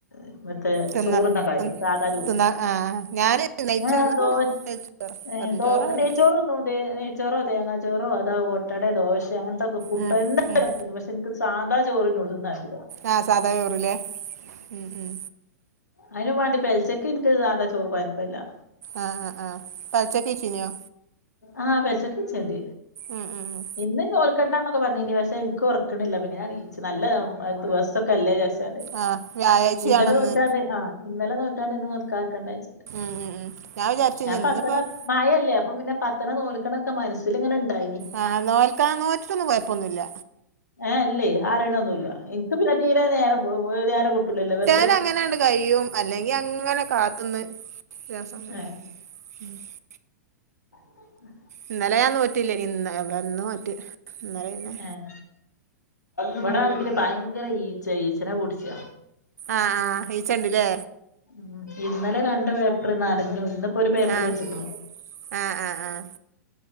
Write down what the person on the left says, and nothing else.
ഇന്നത്തെ
ചോറൊന്നുകയുള്ളു
സാധാ ചോറ്
ന്ന
ദോ
ഏ
ദോ
നെയച്ചോറുണ്ടുതേ നെയ് ചോറോ തേങ്ങാ ചോറോ അതാ ഓട്ടടോ ദോശ്യാ അങ്ങനത്തെക്കെ പുട്ടോ
എന്തായലും
തിന്നും പക്ഷെ എനിക്കൊരു സാധാ ചോറിനോ തിന്നാൻ പറ്റൂല
അയിനും വാണ്ടി പെൽച്ചയ്ക്ക് ഇൻക്ക് സാധാ ചോറ് കൊഴപ്പല്യാ
ആഹ് പെൽച്ചക്ക് നീച്ചണ്ട്
ഇന്ന് നോൽക്കണ്ടന്നൊക്കെ പർഞ്ഞിനി പക്ഷെ ഇൻക്ക് ഒർക്ക്ണില്ല പിന്നെ ഞാൻ നീച്ച് നല്ല ദവസൊക്കെ അല്ലേ വിചാരിച്ചാണ്ട്
ഇന്നലെ നോറ്റാണ്ട് ആഹ് ഇന്നലെ നോറ്റാണ്ട് ഇന്ന് നോൽക്കാക്കണ്ടച്ചണ്ട്.
ഞാൻ
പതണ്ണ മയല്ലേ അപ്പം പിന്നെ പത്തണം നോൽക്കണൊക്കെ മനസ്സിലിങ്ങനെ ഇണ്ടായിനി
ഏഹ് ഇല്ലേ അറിയണൊന്നുല്ല ഇൻക്ക് പിന്നെ തീരെ നേരം പോ നേരം കിട്ടൂല്ലല്ലോ വെറുതെ
ഏഹ് ഉം
ഏഹ് ഇവിടാണെങ്കില് ഭയങ്കര ഈച്ച ഈച്ചനെ പുടിച്ച്യ
ഉം ഇന്നലെ രണ്ട് പേപ്പർ നെറഞ്ഞു ഇന്ന്പ്പോ ഒരു പേപ്പർ
വെച്ചക്കണ്